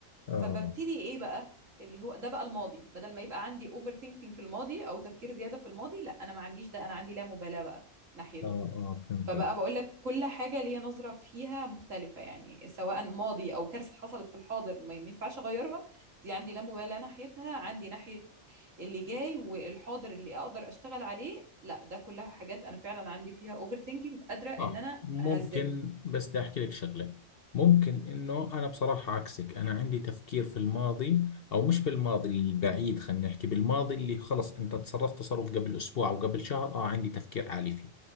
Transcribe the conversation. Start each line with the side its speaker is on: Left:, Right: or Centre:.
Left: آه
Right: فببتدي ايه بقى اللي هو ده بقى الماضي بدل ما يبقى عندي اوفر ثينكينج في الماضي او تفكير زياده في الماضي لا انا ما عنديش ده انا عندي لا مبالاه بقى ناحيته
Left: آه, آه. فهمت
Right: فبقى بقول لك كل حاجة ليا نظرة فيها مختلفة يعني سواء ماضي أو كارثة حصلت في الحاضر ما ما ينفعش أغيرها دي عندي لا مبالاة ناحيتها عندي ناحية اللي جاي والحاضر اللي أقدر أشتغل عليه لا ده كلها حاجات أنا فعلا عندي فيها أوفر ثينكينج قادرة إن
Left: صح
Right: أنا
Left: ممكن
Right: أهذبه
Left: بس بدي احكي لك شغله ممكن انه انا بصراحه عكسك انا عندي تفكير في الماضي او مش في الماضي البعيد خلينا نحكي بالماضي اللي خلص انت تصرفت تصرف قبل اسبوع او قبل شهر اه عندي تفكير عالي فيه